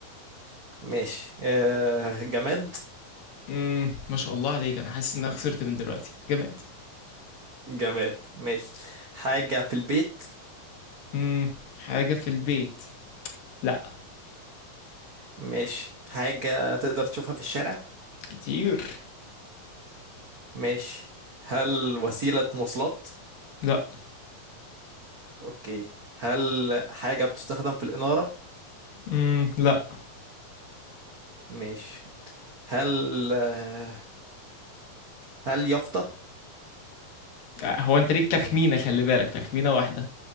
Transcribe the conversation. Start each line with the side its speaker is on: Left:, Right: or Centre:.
Right: ماشي آه، جماد
Left: امم ما شاء الله عليك انا حاسس ان انا خسرت من دلوقتي جماد
Right: جماد ماشي حاجة في البيت
Left: امم حاجة في البيت لا
Right: ماشي حاجة تقدر تشوفها في الشارع
Left: كتير
Right: ماشي هل وسيلة مواصلات
Left: لا
Right: اوكي هل حاجة بتستخدم في الإنارة
Left: امم لا
Right: ماشي هل آه، هل يافطة
Left: آه، هو انت ليك تخمينة خلي بالك تخمينة واحدة